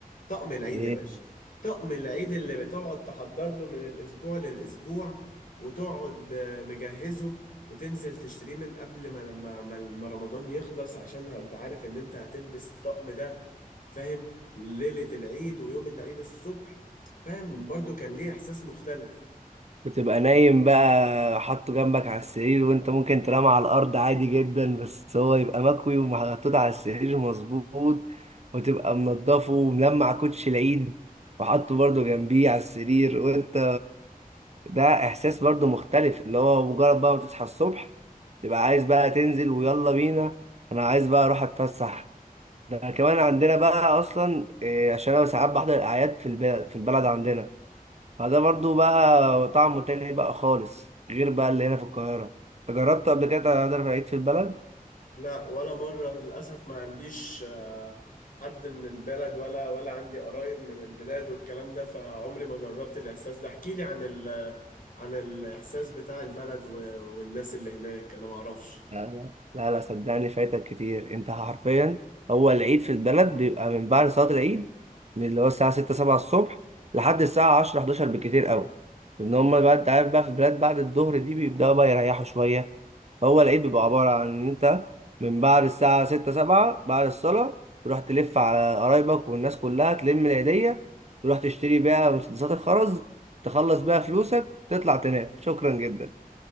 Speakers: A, on the left; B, on the right.
A: طقم العيد
B: ايه
A: يا باشا طقم العيد اللي بتقعد تحضر له من الأسبوع للأسبوع وتقعد آه، مجهزه وتنزل تشتريه من قبل ما لما ما ما رمضان يخلص عشان انت عارف ان انت هتلبس الطقم ده فاهم ليلة العيد ويوم العيد الصبح فاهم برضو كان ليه إحساس مختلف
B: وتبقى نايم بقى حاطه جنبك على السرير وانت ممكن تنام على الارض عادي جدا بس هو يبقى مكوي ومحطوط على السرير مظبوط وتبقى منضفه وملمع كوتش العيد وحاطه برضه جنبيه على السرير وانت ده احساس برضه مختلف اللي هو مجرد بقى ما تصحى الصبح تبقى عايز بقى تنزل ويلا بينا انا عايز بقى اروح اتفسح ده كمان عندنا بقى اصلا إيه، عشان انا ساعات بحضر الاعياد في البلد في البلد عندنا فده برضو بقى طعمه تاني بقى خالص غير بقى اللي هنا في القاهره انت جربت قبل كده تحضر العيد في البلد
A: لا ولا مرة للأسف ما عنديش آه، حد من البلد ولا ولا عندي قرايب من البلاد والكلام ده فعمري ما جربت الإحساس ده احكي لي عن ال عن الإحساس بتاع البلد و- والناس اللي هناك أنا ما أعرفش
B: لا لا لا لا، صدقني فايتك كتير انت حرفيا هو العيد في البلد بيبقى من بعد صلاه العيد من اللي هو الساعه 6 7 الصبح لحد الساعه 10 11 بالكتير قوي لان هم بقى انت عارف بقى في البلاد بعد الظهر دي بيبداوا بقى يريحوا شويه هو العيد بيبقى عبارة عن إن أنت من بعد الساعة ستة سبعة بعد الصلاة تروح تلف على قرايبك والناس كلها تلم العيدية تروح تشتري بيها مسدسات الخرز تخلص بيها فلوسك تطلع تنام شكرا جدا